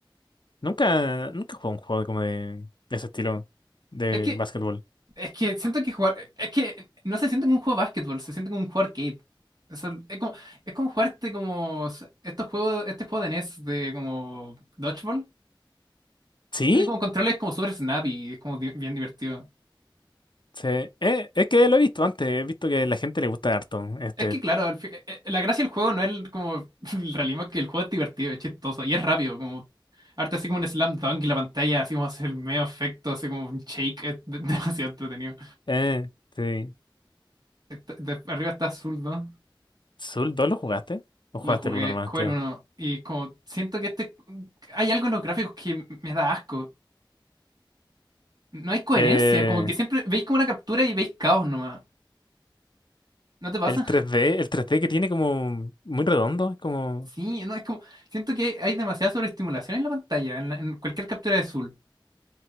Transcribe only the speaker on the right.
Es que,
es que siento que jugar, es que no se siente como un juego de básquetbol, se siente como un juego arcade. Eso- es como, es como jugarte como s- estos juegos, este juego de NES de como Dodgeball.
Tiene como controles como super snappy, es como di- bien divertido.
Es que claro, al fi- eh, eh, la gracia del juego no es el- como <laughs> el realismo, es que el juego es divertido, es chistoso y es rápido, como arte así como un slam dunk y la pantalla así como hace el medio efecto, así como un shake, es de- <laughs> demasiado entretenido.
Este- de- arriba está azul, ¿no?
Lo jugué,
jugué
el uno y como siento que este hay algo en los gráficos que m- me da asco. No hay coherencia,
como que siempre veis como una captura y veis caos nomás. ¿No te pasa?
<laughs>
Sí, no, es como siento que hay demasiada sobreestimulación en la pantalla, en, la- en cualquier captura de azul.